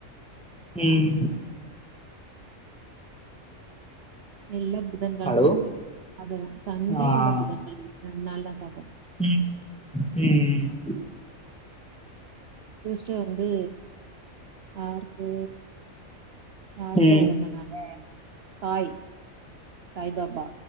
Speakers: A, in the centre; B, on the right (about 55°).
A: ம்
B: இல்ல புதன்கெழம
A: ஹலோ
B: அவ்ளதா சண்டே
A: ஆ
B: இல்ல புதன்கெழம ரெண் நாள் தா சாப்டுவோ
A: ம் ம்
B: ட்யூஸ்டே வந்து யாருக்கு யாருக்கோ
A: ம்
B: உகந்த நாள் சாய் சாய்பாபா